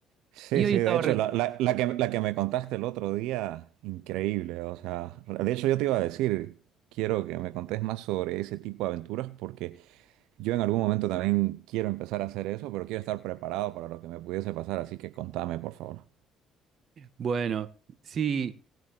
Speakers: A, on the right; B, on the right.
A: Sí,
B: y hoy
A: sí,
B: estaba...
A: de hecho,
B: re-
A: la, la- la que, la que me contaste el otro día, increíble. O sea, de hecho yo te iba a decir, quiero que me contés más sobre ese tipo de aventuras porque yo en algún momento también quiero empezar a hacer eso, pero quiero estar preparado para lo que me pudiese pasar, así que contame, por favor.
B: Bueno, sí.